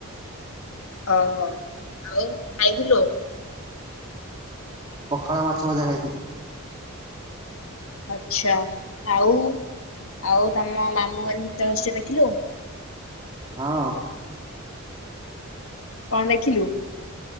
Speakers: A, on the left; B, on the right.
A: ଓହୋ ଆଉ ଖାଇଥିଲୁ
B: ପଖାଳ, ମାଛ ଭଜା ଖାଇଥିଲି।
A: ଆଛା, ଆଉ, ଆଉ ତମ ମାମୁଁ ଶୀତଳ ଷଷ୍ଠୀ ଦେଖିଲୁ।
B: ହଁ।
A: କଣ ଦେଖିଲୁ?